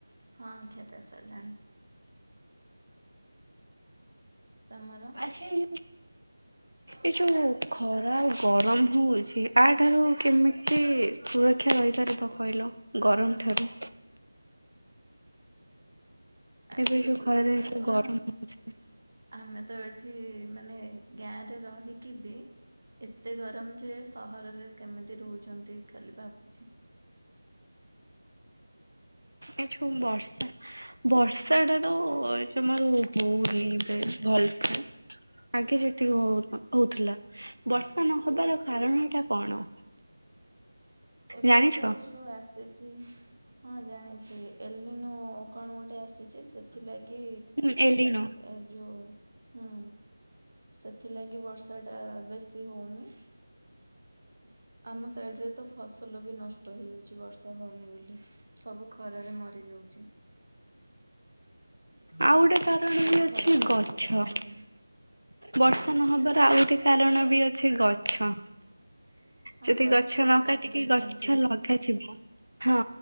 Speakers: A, on the right; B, on the right.
A: ହଁ ଖିଆ ପିଆ ସରିଲାଣି। ତମର?
B: ଆସି ଏ ଯଉ ଖରା ଆଉ ଗରମ ହଉଛି ଆ ଠାରୁ କେମିତି ସୁରକ୍ଷା ରହିପାରିବ କହିଲ ଗରମ ଠାରୁ?
A: ଆ
B: ଏବେ
A: ଠାରୁ
B: ଯୋଉ
A: ସୁରକ୍ଷା
B: ଖରାରେ ଯୋଉ
A: କଣ
B: ଗରମ ହେଉଛି।
A: ଆମେ ତ ଏଠି ମାନେ ଗାଁରେ ରହିକି ବି ଏତେ ଗରମ ଯେ ସହରରେ କେମିତି ରହୁଚନ୍ତି ଖାଲି ଭାବୁଛି।
B: ଏ ଯୋଉ ବର୍ଷା ବର୍ଷା ଟା ତ ଏ ଜମାରୁ ହଉନି ପ୍ରାୟ ଭଲସେ। ଆଗେ ଯେତିକି ହ ହଉଥିଲା ବର୍ଷା ନହବାର କାରଣ ଟା କଣ?
A: ଏବେ
B: ଜାଣିଛ?
A: ଗୋଟେ ଯୋଉ ଆସ୍ ସିଛି ହଁ ଜାଣିଛି ଏଲନିନୋ କଣ ଗୋଟେ ଆସିଛି ସେ ସେଥିଲାଗି
B: ହୁଁ ଏଲିନ
A: ଏ ଯୋଉ ହୁଁ ସେଥିଲାଗି ବର୍ଷା ଟା ବେଶୀ ହଉନି। ଆମ ସାଇଡ ରେ ତ ଫସଲ ବି ନଷ୍ଟ ହେଇଯାଉଚି ବର୍ଷା ହଉନି ବୋଲି। ସବୁ ଖରାରେ ମରିଯାଉଚି।
B: ଆଉ ଗୋଟେ କାରଣ
A: ବହୁତ
B: ବି ଅଛି
A: ଫସଲ
B: ଗଛ
A: ସବୁ ଆମର ହୁଏ।
B: ବର୍ଷା ନହବାର ଆଉ ଗୋଟେ କାରଣ ବି ଅଛି ଗଛ।
A: ହଁ
B: ଯଦି ଗଛ ନ
A: ବି କାଟି
B: କାଟିକି
A: ଦଉଛନ୍ତି
B: ଗଛ
A: ଏବେ
B: ଲଗା ଛି ମୁଁ ହଁ